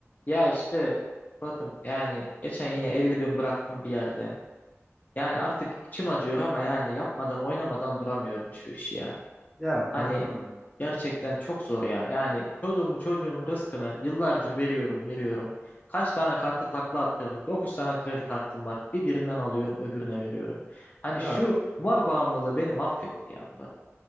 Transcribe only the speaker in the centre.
Ya kankam
benim.
Ya,